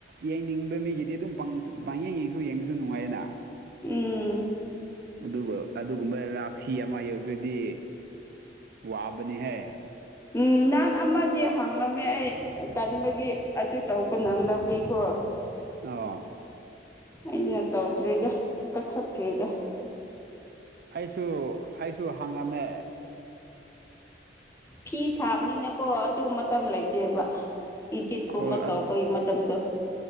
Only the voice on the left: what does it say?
ꯎꯝ
ꯎꯝ ꯅꯍꯥꯟ ꯑꯃꯗꯤ ꯍꯥꯡꯂꯝꯃꯦ ꯑꯩ ꯇꯟꯕꯒꯤ ꯑꯗꯨ ꯇꯧꯕ ꯅꯪꯗꯕꯤꯀꯣ
ꯑꯩꯅ ꯇꯧꯗ꯭꯭ꯔꯤꯗ ꯀꯥꯛꯊꯠꯈ꯭꯭ꯔꯦꯗ
ꯐꯤ ꯁꯥꯕꯅꯤꯅꯀꯣ ꯑꯗꯨ ꯃꯇꯝ ꯂꯩꯇꯦꯕ ꯏꯗꯤꯠꯀꯨꯝꯕ
ꯇꯧꯕꯒꯤ ꯃꯇꯝꯗꯣ